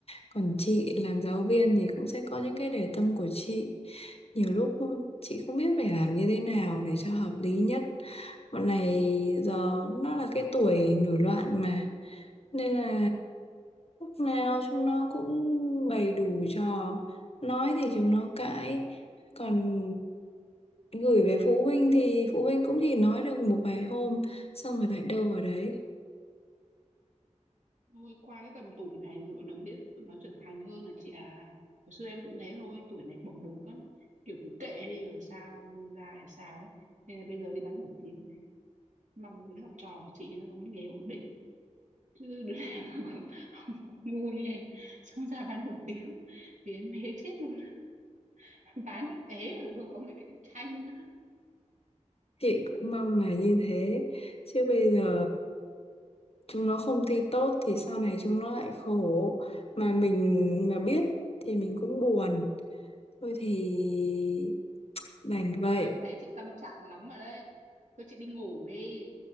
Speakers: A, on the left (about 55°); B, on the right (about 80°).
A: Còn chị làm giáo viên thì cũng sẽ có những cái để tâm của chị. Nhiều lúc chị không biết phải làm như thế nào để cho hợp lý nhất. Bọn này giờ nó là cái tuổi nổi loạn mà nên là lúc nào chúng nó cũng bày đủ trò nói thì chúng nó cãi còn gửi về phụ huynh thì phụ huynh cũng chỉ nói được một vài hôm xong rồi lại đâu vào đấy
B: Thôi qua cái tầm tuổi này rồi bọn nó biết tụi nó trưởng thành hơn là chị à hồi xưa em cũng thế thôi tuổi này bồng bột lắm kiểu cứ kệ đi rồi sao ra hay sao ấy nên là bây giờ đi bán hủ tiếu này mong mấy đứa học trò của chị nó có cái nghề ổn định chứ đứa nào nó <laughs> cũng không ngu như em xong ra bán hủ tiếu thì em ế chết luôn á. <laughs> bán ế rồi không có người cạnh tranh nữa
A: chị cũng mong là như thế chứ bây giờ chúng nó không thi tốt thì sau này chúng nó lại khổ mà mình mà biết thì mình cũng buồn thôi thì đành vậy
B: Thôi em thấy chị tâm trạng lắm rồi đấy thôi chị đi ngủ đi